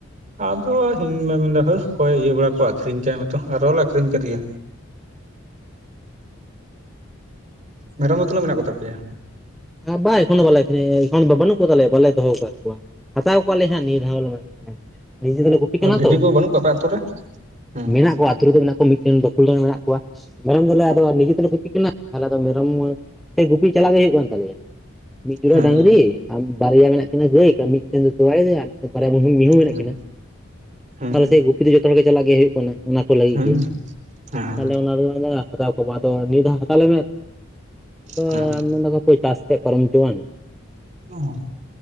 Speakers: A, on the right (about 40°); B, in the centre.
A: ᱟᱫᱚ ᱤᱧ ᱵᱟ ᱢᱮᱱᱫᱟ ᱦᱟᱹᱨ ᱚᱠᱚᱭ ᱤᱭᱟᱹ ᱵᱟᱲᱟ ᱠᱚᱣᱟ ᱟᱠᱷᱨᱤᱧ ᱠᱟᱭ ᱢᱮᱛᱚ ᱟᱨᱚᱞᱮ ᱟᱹᱠᱷᱨᱤᱧ ᱠᱟᱫᱮᱭᱟ ᱢᱮᱨᱚᱢ ᱫᱚ ᱛᱤᱱᱟᱹᱜ ᱢᱮᱱᱟᱜ ᱠᱚᱛᱟ ᱯᱮᱭᱟ
B: ᱵᱟ ᱮᱠᱷᱚᱱ ᱫᱚ ᱵᱟᱞᱮ ᱟᱠᱷᱨᱤᱧ ᱮ ᱵᱟᱹᱱᱩᱜ ᱠᱚᱛᱟᱞᱮᱭᱟ ᱵᱟᱞᱮ ᱫᱚᱦᱚ ᱟᱠᱟᱫ ᱠᱚᱣᱟ ᱦᱟᱛᱟᱣ ᱠᱚᱣᱟᱞᱮ ᱦᱟᱸᱜ ᱱᱤᱛ <unintelligible> ᱱᱤᱡᱮ ᱛᱚᱞᱮ ᱜᱩᱯᱤ ᱠᱟᱱᱟ
A: ᱵᱷᱤᱰᱤ
B: ᱛᱚ
A: ᱠᱚ ᱵᱟᱹᱱᱩᱜ ᱠᱚᱣᱟ ᱟᱯᱮ ᱟᱛᱳ ᱨᱮ ᱦᱩᱸ
B: ᱢᱮᱱᱟᱜ ᱠᱚᱣᱟ ᱟᱛᱳ ᱨᱮᱫᱚ ᱢᱮᱱᱟᱜ ᱠᱚᱣᱟ ᱢᱤᱫᱴᱮᱱ ᱵᱟᱠᱷᱳᱞ ᱨᱮᱱ ᱢᱮᱱᱟᱜ ᱠᱚᱣᱟ ᱢᱮᱨᱚᱢ ᱫᱚᱞᱮ ᱟᱫᱚ ᱱᱤᱡᱮ ᱛᱮᱞᱮ ᱜᱚᱯᱤ ᱠᱟᱱᱟ ᱛᱟᱦᱚᱞᱮ ᱟᱫᱚ ᱢᱮᱨᱚᱢ ᱥᱮ ᱜᱩᱯᱤ ᱪᱟᱞᱟᱜ ᱜᱮ ᱦᱩᱭᱩᱜ ᱠᱟᱱ ᱛᱟᱞᱮᱭᱟ ᱢᱤᱫ ᱡᱚᱲᱟ
A: ᱦᱩᱸ
B: ᱰᱟᱝᱨᱤ ᱵᱟᱨᱭᱟ ᱢᱮᱱᱟᱜ ᱠᱤᱱᱟᱹ ᱜᱟᱹᱭ ᱢᱤᱫᱴᱮᱱ ᱫᱚᱭ ᱛᱚᱣᱟᱭ ᱫᱟ ᱵᱟᱨᱭᱟ ᱢᱤᱦᱩ ᱢᱮᱱᱟᱜ
A: ᱦᱩᱸ
B: ᱠᱤᱱᱟ
A: ᱦᱩᱸ
B: ᱛᱟᱦᱚᱞᱮ ᱥᱮ ᱜᱩᱯᱤ ᱫᱚ ᱡᱚᱛᱚ ᱦᱚᱲ ᱜᱮ ᱪᱟᱞᱟᱜ ᱜᱮ ᱦᱩᱭᱩᱜ ᱠᱟᱱᱟ ᱚᱱᱟ ᱠᱚ ᱞᱟᱹᱜᱤᱫ
A: ᱦᱩᱸ
B: ᱜᱮ
A: ᱦᱩᱸ
B: ᱛᱟᱦᱚᱞᱮ ᱚᱱᱟ ᱫᱚ ᱟᱫᱚ ᱱᱤᱭᱟᱹ ᱫᱷᱟᱣ ᱦᱟᱛᱟᱣ ᱞᱮ ᱢᱮᱱᱮᱫ ᱛᱟᱦᱮᱱᱟ ᱟᱫᱚ
A: ᱦᱮᱸ
B: ᱢᱮᱱ ᱫᱟᱠᱚ ᱦᱟᱯᱟᱹᱭ ᱪᱟᱥ ᱛᱮᱫ ᱯᱟᱨᱚᱢ ᱦᱚᱪᱚᱣᱟᱱ
A: ᱚᱸ